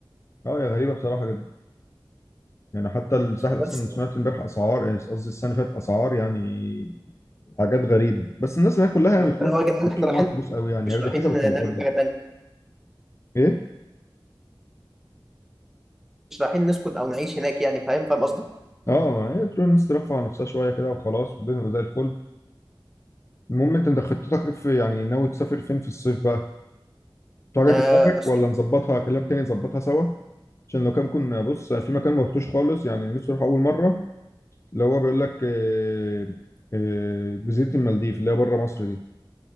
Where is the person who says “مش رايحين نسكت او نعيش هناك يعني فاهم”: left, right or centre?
Centre